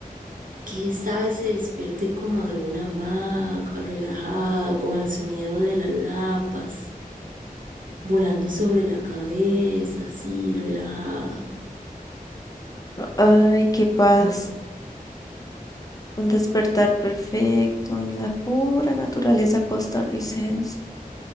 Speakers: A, on the right; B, on the left.
A: que esta vez se despierte como de una hamaca, relajada, con el sonido de las lapas, volando sobre la cabeza, así, relajada.
B: Ay, qué paz. Un despertar perfecto en la pura naturaleza costarricense.